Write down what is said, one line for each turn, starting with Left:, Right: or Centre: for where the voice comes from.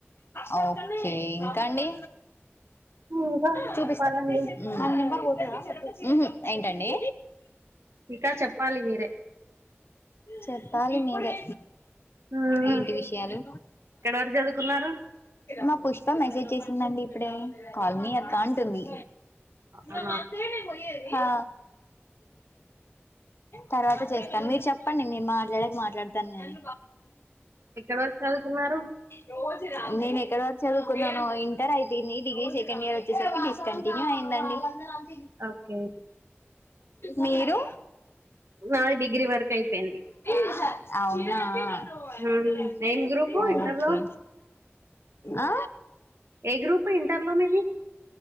Left: అ ఓకే ఇంకా అండి
Right: ఇంకా
Left: చూపిస్తారు
Right: చెప్పాలండి.
Left: ఆ నంబర్ ఉహూ ఏంటండి
Right: ఇంకా చెప్పాలి మీరే.
Left: చెప్పాలి మీదే
Right: హ్మ్.
Left: ఏంటి విషయాలు
Right: ఎక్కడి వరకు చదువుకున్నారు?
Left: మా పుష్ప మెసేజ్ చేసి ందండి ఇప్పుడే కాల్ మీ అక్క అంటుంది
Right: అవునా
Left: ఇ మాత్రేనేే పోయ్యరు హా తర్వాత చేస్త కానీ మీరు చెప్పండి మీ మాట్లాడక మాట్లాడతాను కానీ
Right: ఎక్కడ వరకు చదువుకున్నారు
Left: రోజ నేను ఎక్కడ వరకు చదువుకున్నాను ఇంటర్ అయిపోంది డిగ్రీ సెకండ్ ఇయర్ వచ్చేసరికి డిస్కాంటిన్యు అయింది ందండి
Right: ఓకే
Left: మీరు
Right: నాది డిగ్రీ వరకు అయిపోయింది
Left: విసా అవునా
Right: ఉమ్
Left: ఓకే
Right: ఏం గ్రూపు ఇంటర్ లో
Left: ఆ
Right: ఏ గ్రూప్ ఇంటర్ లో మీది